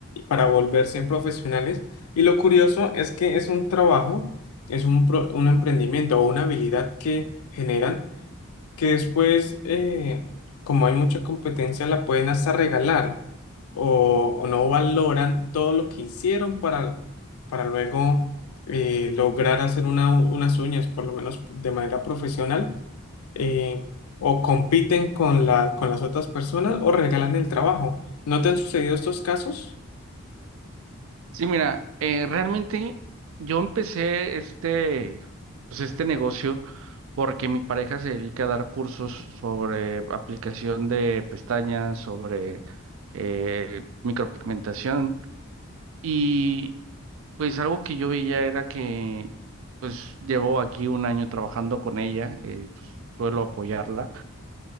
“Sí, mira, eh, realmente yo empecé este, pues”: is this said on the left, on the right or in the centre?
Right